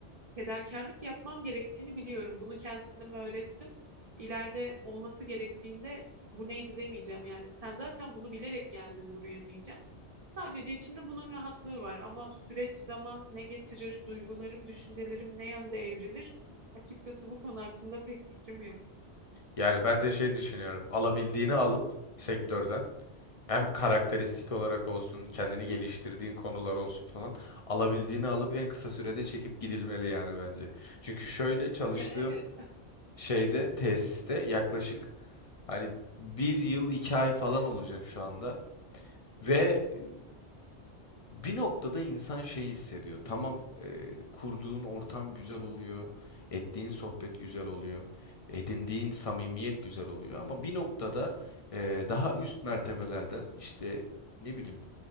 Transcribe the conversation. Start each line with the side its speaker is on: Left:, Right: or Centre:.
Right: fedakarlık yapmam gerektiğini biliyorum. Bunu kendime öğrettim. İleride olması gerektiğinde bu neydi demeyeceğim yani. Sen zaten bunu bilerek geldin buraya diyeceğim. Sadece içimde bunun rahatlığı var ama süreç zaman ne getirir, duygularım, düşüncelerim ne yönde evrilir? Açıkçası bu konu hakkında pek fikrim yok.
Left: Yani ben de şey düşünüyorum. Alabildiğini alıp sektörden hem karakteristik olarak olsun, kendini geliştirdiğin konular olsun falan alabildiğini alıp en kısa sürede çekip gidilmeli yani bence. Çünkü şöyle çalıştığım
Right: Ya evet.
Left: şeyde tesiste yaklaşık hani bir yıl iki ay falan olacak şu anda. Ve e, bir noktada insan şey hissediyor. Tamam, e, kurduğun ortam güzel oluyor, ettiğin sohbet güzel oluyor, edindiğin samimiyet güzel oluyor. Ama bir noktada e, daha üst mertebelerden işte ne bileyim